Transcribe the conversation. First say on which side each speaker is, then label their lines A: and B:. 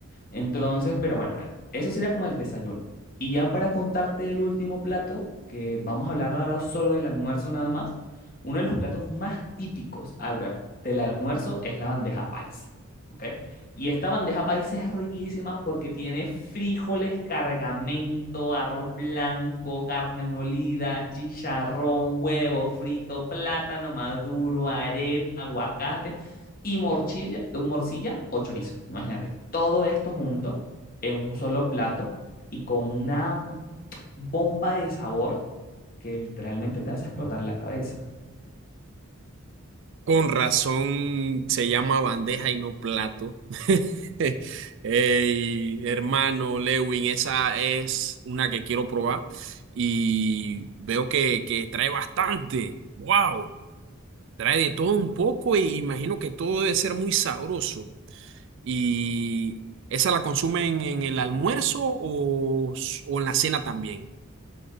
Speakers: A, on the left; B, on the right.
A: Entonces, pero bueno, bueno, eso sería como el desayuno. Y ya para contarte el último plato, que vamos a hablar ahora solo del almuerzo nada más, uno de los platos más típicos, Albert, del almuerzo es la bandeja paisa, ¿ok? Y esta bandeja paisa es riquísima porque tiene frijoles, cargamento, arroz blanco, carne molida, chicharrón, huevo frito, plátano maduro, arepa, aguacate y morcilla, morcilla o chorizo. Imagínate, todo esto junto en un solo plato y con una bomba de sabor que literalmente te hace explotar la cabeza.
B: Con razón se llama bandeja y no plato. <laughs> Ey, hermano Lewin, esa es una que quiero probar y veo que, que trae bastante. ¡Wow! Trae de todo un poco e imagino que todo debe ser muy sabroso. ¿Y esa la consumen en el almuerzo o, s- o en la cena también?